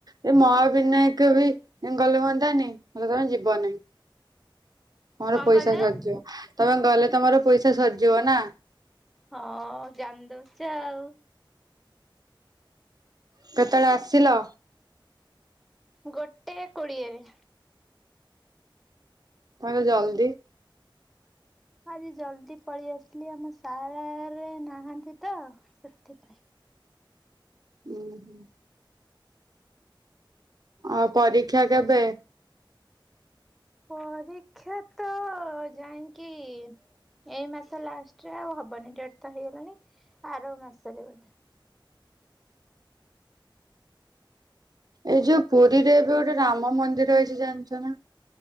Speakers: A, on the right; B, in the centre.
A: ଏ ମହା ବିନାୟକ ବି ଗଲେ ହୁଅନ୍ତାନି ତମେ ଜମା ଯିବନାହିଁ। ମୋର
B: କଣ
A: ପଇସା
B: କହିଲେ
A: ସରିଜିବ ତମେ ଗଲେ ତମର ପଇସା ସରିଜିବ ନା?
B: ହଁ ଜାଣି ଦଉଛ ଆଉ।
A: କେତେବେଳେ ଆସିଲ?
B: ଗୋଟେ କୋଡ଼ିଏରେ।
A: ତାହଲେ ଜଲ୍ଦି
B: ହଁ ଆଜି ଜଲ୍ଦି ପଳେଇ ଆସିଲି ଆମ ସାର୍ରେ ନାହାନ୍ତି ତ ସେଥିପାଇଁ।
A: ଉୁଁ ହୁଁ। ଆଉ ପରୀକ୍ଷା କେବେ?
B: ପରୀକ୍ଷା ତ ଯାଇକି ଏଇ ମାସ ଲାଷ୍ଟରେ ଆଉ ହବନି ଡେଟ୍ ତ ହେଇଗଲାଣି ଆର ମାସରେ ବୋଧେ।
A: ଏଇ ଯୋଉ ପୁରୀରେ ଏବେ ଗୋଟେ ରାମ ମନ୍ଦିର ହେଇଛି ଜାଣିଛ ନା?